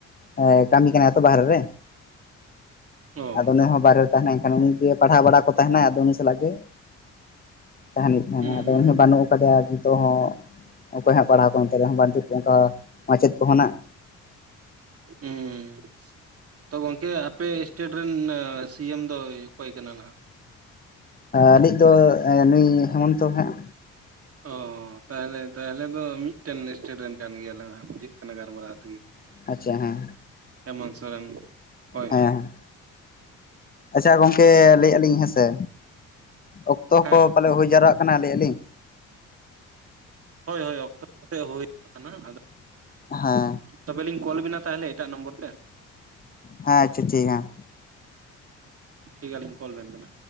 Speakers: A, on the left; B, on the right.
A: ᱮᱸ ᱠᱟᱢᱤ ᱠᱟᱱᱟᱭ ᱛᱚ ᱵᱟᱦᱨᱮ ᱨᱮᱼᱼ
B: ᱚ
A: ᱟᱫᱚ ᱩᱱᱤ ᱦᱚᱸ ᱵᱟᱦᱨᱮ ᱛᱟᱦᱮᱸᱱᱟᱭ ᱮᱱᱠᱷᱟᱱ ᱩᱱᱤ ᱜᱮ ᱯᱟᱲᱦᱟᱣ ᱵᱟᱲᱟ ᱠᱚ ᱛᱟᱦᱮᱸ ᱱᱟᱭ ᱟᱫᱚ ᱩᱱᱤ ᱥᱟᱞᱟᱜ ᱜᱮᱼᱼ ᱛᱟᱦᱮᱱ ᱦᱩᱭᱩᱜ ᱛᱟᱦᱮᱱᱟ᱾ᱟᱫᱚ
B: ᱦᱩᱸ
A: ᱩᱱᱤ ᱦᱚᱸ ᱵᱟᱹᱱᱩᱜ ᱟᱠᱟᱫᱮᱭᱟ᱾ ᱟᱨ ᱱᱤᱛᱚᱜ ᱦᱚᱸ ᱚᱠᱚᱭ ᱦᱟᱸᱜ ᱯᱟᱲᱦᱟᱣ ᱠᱚ᱾ ᱚᱱᱛᱮ ᱨᱮᱦᱚᱸ ᱵᱟᱹᱱᱪᱩ-ᱜ ᱠᱚ ᱚᱝᱠᱟ ᱢᱟᱪᱮᱫ ᱠᱚᱼᱦᱚᱸ ᱱᱟᱜ
B: ᱦᱩᱸ <unintelligible> ᱸ ᱛᱚ ᱜᱚᱝᱠᱮ, ᱟᱯᱮ ᱤᱥᱴᱮᱴ ᱨᱮᱱ ᱥᱤ ᱮᱢ ᱫᱚᱭ ᱚᱠᱚᱭ ᱠᱟᱱᱟ ᱱᱟᱦᱜ?
A: ᱟᱞᱮᱭᱤᱡ ᱫᱚ ᱱᱩᱭ ᱦᱮᱢᱚᱱᱛᱚ ᱦᱟᱸᱜ
B: ᱚ ᱛᱟᱦᱞᱮ, ᱛᱟᱦᱞᱮ ᱫᱚ ᱢᱤᱫᱴᱮᱱ ᱤᱥᱴᱮᱴ ᱨᱮᱱ ᱠᱟᱱ ᱜᱮᱭᱟᱞᱟᱝ ᱵᱩᱡᱟᱹᱜ ᱜᱟᱨᱢᱟᱨᱟ ᱛᱤᱜᱤ
A: ᱟᱪᱪᱷᱟ ᱦᱮᱸ
B: ᱦᱮᱢᱚᱱ ᱥᱚᱨᱮᱱ᱾ ᱦᱳᱭ
A: ᱦᱮᱸ
B: ᱦᱳᱭ
A: ᱦᱮᱸ ᱟᱪᱪᱷᱟ ᱜᱚᱝᱠᱮ ᱞᱟᱹᱭᱮᱜ-ᱟ᱾ ᱞᱤᱧ ᱦᱮᱸ ᱥᱮ ᱾ᱟᱠ ᱛᱚ
B: ᱦᱮᱸ
A: ᱠᱚ ᱯᱟᱞᱮᱜ ᱦᱩᱭ ᱡᱟᱣᱨᱟᱣᱟ-ᱜ ᱠᱟᱱᱟ᱾ ᱞᱟᱹᱭ-ᱟ ᱞᱤᱧ
B: ᱦᱳᱭ, ᱦᱳᱭ ᱚᱠᱛᱚ ᱦᱩᱭ ᱟᱠᱟᱱᱟ᱾ ᱟᱫᱚ
A: ᱦᱮᱸ
B: ᱛᱚᱵᱮ ᱞᱤᱧ ᱠᱚᱞᱵᱤᱱᱟ᱾ ᱛᱟᱦᱞᱮ ᱮᱴᱟᱜ ᱱᱚᱢᱵᱚᱨ ᱛᱮ᱾
A: ᱦᱮᱸ ᱟᱪᱷᱟ ᱴᱷᱤᱠ ᱦᱟᱸ
B: ᱴᱷᱤᱠ ᱜᱮ ᱟᱞᱤᱧ ᱠᱚᱞ ᱵᱮᱱ ᱠᱟᱱᱟ᱾